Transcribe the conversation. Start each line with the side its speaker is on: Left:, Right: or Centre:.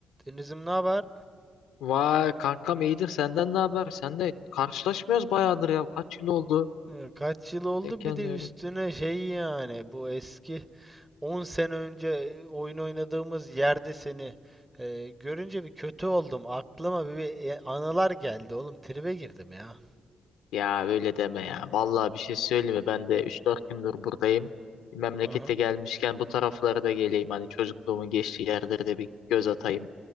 Right: Denizim ne haber?
Left: Vay kankam iyidir senden ne haber? Sen de karşılaşmıyoruz bayağıdır ya. Kaç yıl oldu?
Right: Ee, Kaç yıl oldu?
Left: Denk gelmiyorduk.
Right: Bir de üstüne şey yani bu eski 10 sene önce e, oyun oynadığımız yerde seni e, görünce bir kötü oldum. Aklıma bir, bir e, anılar geldi oğlum. Tribe girdim ya.
Left: Ya öyle deme ya. Vallahi bir şey söyleyeyim mi? Ben de üç dört gündür buradayım. Memlekete
Right: Aha.
Left: gelmişken bu taraflara da geleyim. Hani çocukluğumun geçtiği yerlere de bir göz atayım.